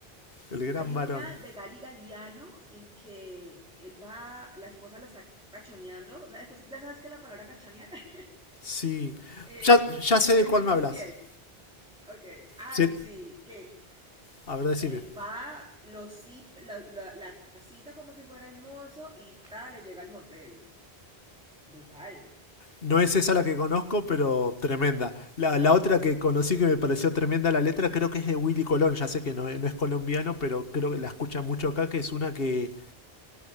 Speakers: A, on the left (about 65°); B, in the centre.
A: el Gran
B: Hay
A: Varón.
B: una de Gali Galiano en que él va, la esposa lo está cachoneando. O sea, ya sabes que la palabra cachonear, <laughs>
A: Sí.
B: eh,
A: Ya, ya
B: sí,
A: sé de
B: que
A: cuál
B: le está haciendo
A: me hablas.
B: infiel. Ok, ay,
A: Sí.
B: sí, que,
A: A ver, decime.
B: que él va, lo cita, la, la- la cita como si fuera el mozo y tal, le llega al motel. Brutal.
A: No es esa la que
B: Y-
A: conozco, pero tremenda. La, la otra que conocí que me pareció tremenda la letra, creo que es de Willy Colón. Ya sé que no, es no es colombiano, pero creo que la escuchan mucho acá, que es una que,